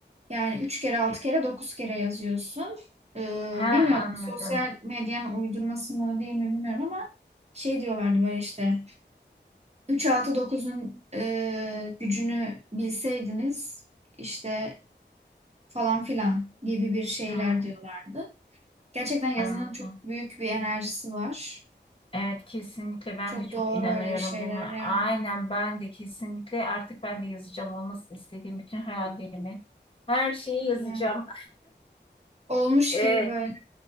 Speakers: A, on the right; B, on the left.
A: Yani üç kere altı kere 9 kere yazıyorsun. Ee,
B: Ha
A: bilmiyorum
B: anladım.
A: sosyal medyanın uydurması mı değil mi bilmiyorum ama şey diyorlardı böyle işte 3-6-9'un e, gücünü bilseydiniz işte falan filan gibi bir şeyler
B: Hmm,
A: diyorlardı. Gerçekten yazının
B: anladım.
A: çok büyük bir enerjisi var.
B: Evet kesinlikle ben
A: Çok
B: de çok
A: doğru
B: inanıyorum
A: öyle şeyler
B: buna.
A: yani.
B: Aynen ben de kesinlikle artık ben de yazacağım olmasını istediğim bütün hayallerimi. Her şeyi yazacağım.
A: Aynen. Olmuş
B: <laughs>
A: gibi böyle.